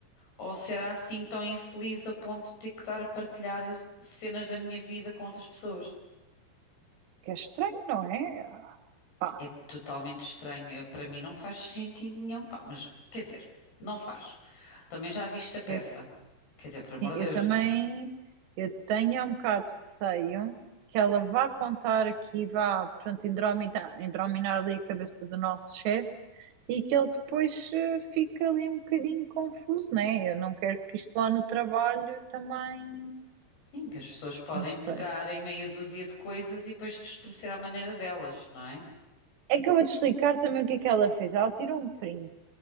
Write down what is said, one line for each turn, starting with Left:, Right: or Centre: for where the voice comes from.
Left: Ou se era assim tão infeliz a ponto de ter que estar a partilhar as cenas da minha vida com outras pessoas.
Right: Que é estranho, não é? Pá,
Left: É totalmente estranho. Eu- Para mim não faz sentido nenhum. Pá, mas, quer dizer, não faz. Também já viste a peça.
Right: eu
Left: Quer dizer, por amor
Right: Sim,
Left: de
Right: eu
Left: Deus,
Right: também
Left: né?
Right: eu tenho um bocado de receio que ela vá contar aqui, vá, pronto, indrominar, indrominar ali a cabeça do nosso chefe e que ele depois eh, fique ali um bocadinho confuso, né? Eu não quero que isto lá no trabalho também,
Left: Sim, que as pessoas podem
Right: não sei.
Left: pegar em meia dúzia de coisas e depois destruir à maneira delas, não é?
Right: É que eu vou-te explicar também o que é que ela fez. Ela tirou um print